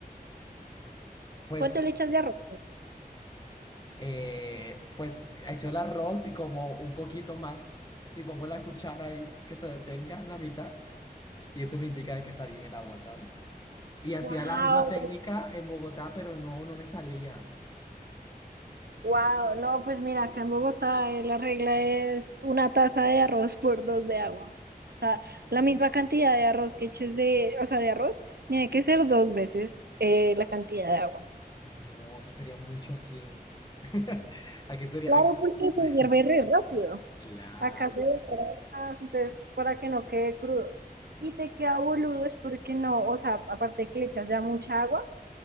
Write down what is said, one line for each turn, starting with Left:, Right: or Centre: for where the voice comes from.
Left: Pues...
Right: ¿Cuánto le echas de arroz?
Left: eh, pues echo el arroz y como un poquito más y pongo la cuchara ahí que se detenga en la mitad y eso me indica de que está bien el agua, ¿sabes? Y hacía
Right: Wow.
Left: la misma técnica en Bogotá, pero no, no me salía.
Right: Wow, no, pues mira, acá en Bogotá eh, la regla es una taza de arroz por dos de agua. O sea, la misma cantidad de arroz que eches de, o sea, de arroz, tiene que ser dos veces eh, la cantidad de agua.
Left: No, eso sería mucho aquí. <laughs> Aquí sería...
Right: Claro,
Left: aquí-
Right: porque
Left: <laughs>
Right: se hierve re rápido.
Left: Claro,
Right: Acá se demora más, entonces para que no quede crudo. Y te queda boludo es porque no, o sea, aparte de que le echas ya mucha agua.